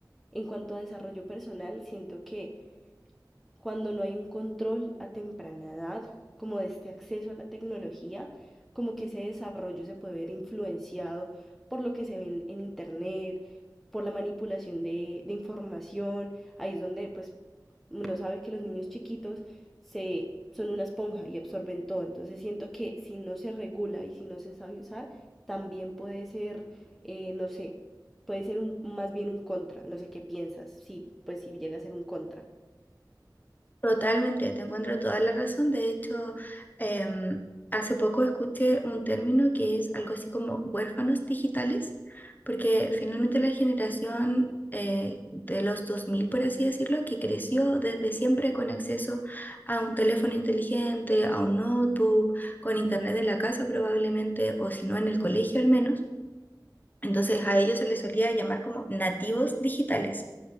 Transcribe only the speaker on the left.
Totalmente, te encuentro toda la razón. De hecho, em, hace poco escuché un término que es algo así como huérfanos digitales, porque finalmente la generación eh, de los 2000, por así decirlo, que creció desde siempre con acceso a un teléfono inteligente, a un notebook, con internet en la casa probablemente, o si no en el colegio al menos. Entonces a ellos se les solía llamar como nativos digitales